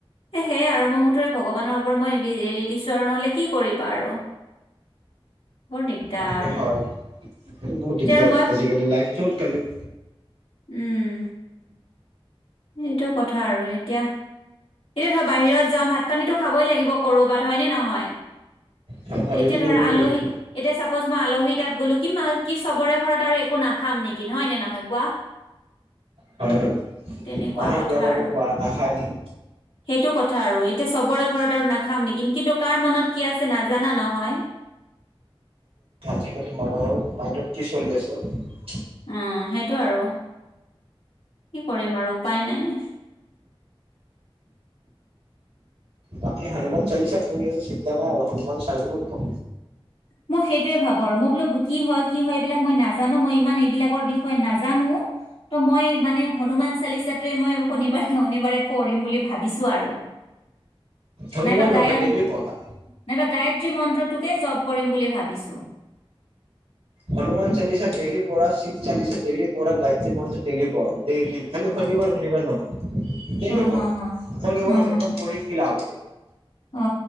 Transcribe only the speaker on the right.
সেইটে ভাল এইটো বহুত
দিগদাৰ
আজিকালি লাইফ চুৰ কও
হয় হয়
এইটো কৰিবই
লাগিব
হয় হয়।
মানুহে
বেয়া পাব
নাখায় দেখি
আজিকালি মানুহৰ মাইটত কি চলি আছ
বাকি হনুমান চালিচা পুৰিছে নাই আৰু মান চাইড কৰিত
হনুমান
নহয় ডেইলি পঢ়া
হনুমান চালিচা ডেইলি পঢ়া শিৱ চালিচা ডেইলি পঢ়া গায়ত্ৰী মন্ত্ৰ ডেইলি পঢ়া ডেইলি খালি শনিবাৰ শনিবাৰ নহয়। খেলিব
শনিবাৰ
শনিবাৰ
পঢ়ি কি লাভ হ'ব?